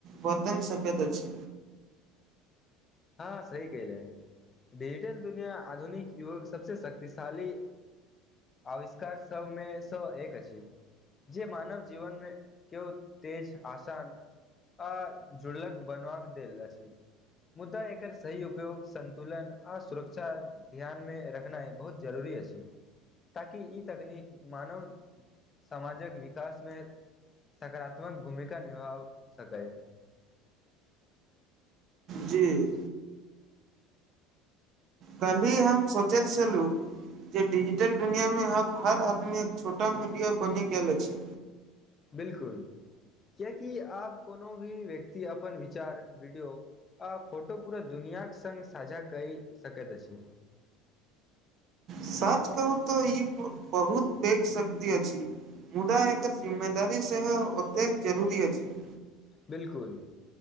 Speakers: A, on the right; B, on the left.
A: बतंग सकैत छै।
B: हँ सही कलहाँ डिजिटल दुनिया आधुनिक युग सबसँ शक्तिशाली आविष्कार सबमे सए एक अछि। जे मानव जीवन मे के तेज आसान आ झुलक बनव के देला अछी। मुद्दा एकर सही उपयोग सन्तुलन आ सुरक्षा ध्यान मे रखनाइ बहुत जरूरी अछि, ताकि ई तकनीक मानव समाजक विकास मे सकारात्मक भूमिका निभा सकय
A: जी। कली हम सोचैत छलहु जे डिजिटल दुनिया में आब हर आदमी एक छोटा मीडिया बनि गेल अछि।
B: बिलकुल कियकि आब कोनो भी व्यक्ति अपन विचार वीडियो आ फोटो पूरा दुनिआक सङ्ग साझा क सकैत अछि
A: सच कहू तऽ ई बहुत फेक शक्ति अछि। मुदा एकर जिम्मेदारी सेहो ओतेक जरुररी अछि।
B: बिलकुल